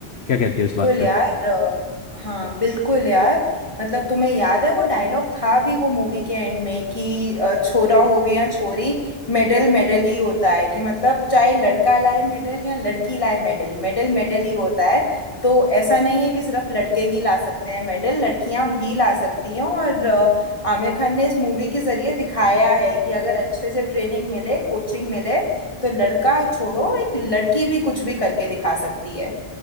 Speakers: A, on the left; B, on the left.
A: क्या कहती है इस
B: बिल्कुल
A: बात
B: यार अ, हाँ बिल्कुल यार मतलब तुम्हें याद है वो डायलॉग था भी वो मूवी के एंड में कि अ, छोरा होवे या छोरी मेडल मेडल ही होता है कि मतलब चाहे लड़का लाए मेडल या लड़की लाए मेडल मेडल मेडल ही होता है तो ऐसा नहीं है कि सिर्फ लड़के ही ला सकते हैं मेडल लड़कियां भी ला सकती हैं और अ, आमिर खान ने इस मूवी के जरिए दिखाया है कि अगर अच्छे से ट्रेनिंग मिले कोचिंग मिले तो लड़का छोड़ो एक लड़की भी कुछ भी करके दिखा सकती है